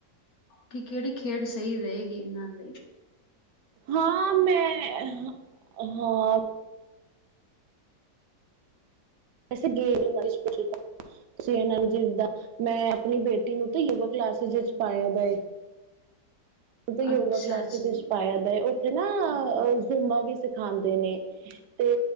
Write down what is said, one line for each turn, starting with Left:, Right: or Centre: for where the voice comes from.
Left: ਕਿ ਕਿਹੜੀ ਖੇਡ ਸਹੀ ਰਹੇਗੀ ਇਹਨਾ ਦੇ।
Right: ਹਾਂ ਮੈਂ ਹਾਂ-ਹਾਂ। <inaudible> ਤੁਸੀ ਇਹਨਾ ਨੂੰ ਜਿੱਦ ਦਾ ਮੈਂ ਆਪਣੀ ਬੇਟੀ ਨੂੰ ਤਾ ਯੋਗਾ ਕਲਾਸਿਸ ਵਿੱਚ ਪਾਇਆ ਦਾ ਏ। ਪਤਾ ਯੋਗਾ
Left: ਅੱਛਾ
Right: ਕਲਾਸਿਸ
Left: ਜੀ,
Right: ਵਿੱਚ ਪਾਇਆ ਦਾ ਏ ਓ ਉੱਥੇ ਨਾ ਓ ਜ਼ੂਮਾ ਵੀ ਸਿਖਾਂਦੇ ਨੇ, ਤੇ